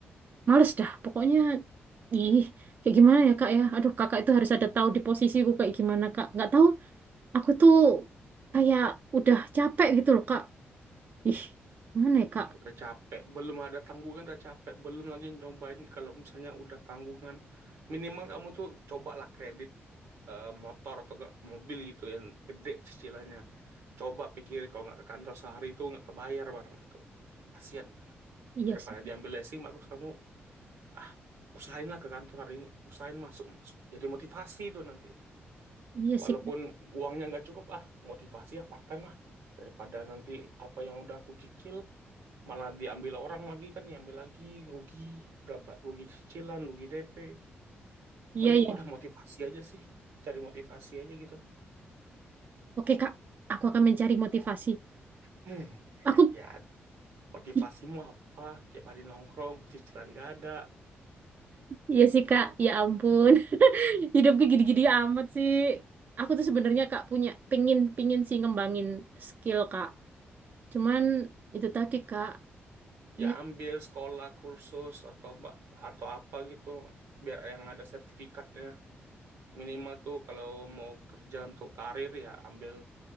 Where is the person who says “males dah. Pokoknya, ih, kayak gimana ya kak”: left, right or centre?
Right